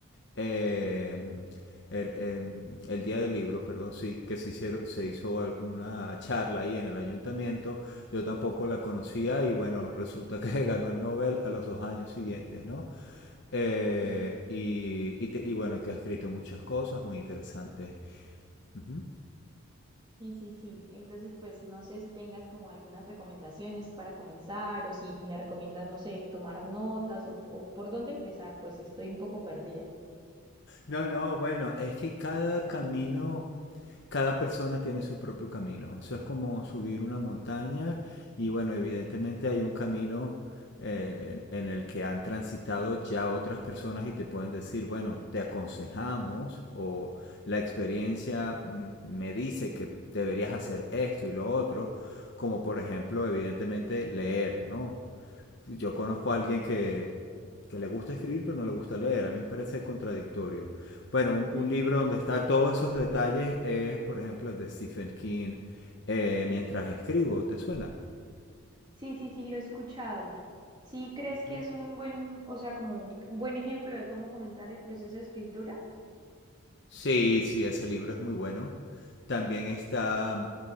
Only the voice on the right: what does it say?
Sí,
sí, sí, sí. Entonces, pues no sé si tengas como algunas recomendaciones para comenzar o si me recomiendas, no sé, tomar notas o, o por dónde empezar, pues estoy un poco perdida.
<laughs>
Sí, sí, sí, lo he escuchado. ¿Sí crees
que es un buen, o sea, como un buen ejemplo de cómo comenzar el proceso de escritura?